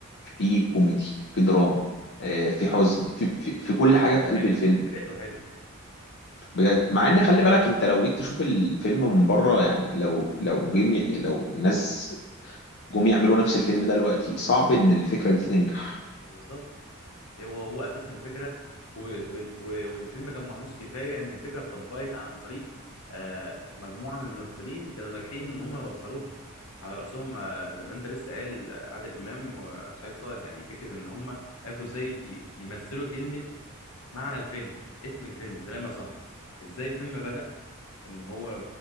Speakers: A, on the left (about 55°); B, on the left (about 75°).
A: في كوميدي في دراما آه، في حزن في, في, في كل
B: فكرته
A: حاجه في قلب
B: حلوه
A: الفيلم
B: فكرته حلوه
A: بجد مع ان خلي بالك انت لو جيت تشوف الفيلم من بره يعني لو لو جم ي- لو الناس جم يعملوا نفس الفيلم ده دلوقتي صعب ان الفكرة دي تنجح
B: بالظبط هو هو اساسها الفكره و- وال- و- والفيلم كان محظوظ كفايه ان الفكره اتطبقت عن طريق آه، مجموعه من الممثلين كانوا ناجحين ان هم يوصلوها على راسهم آه، زي ما انت لسه قال عادل امام وسعيد صالح يعني فكره ان هم عرفوا ازاي ي- يمثلوا كلمه معنى الفيلم اسم الفيلم سلام يا صاحبي ازاي الفيلم بدأ ان هو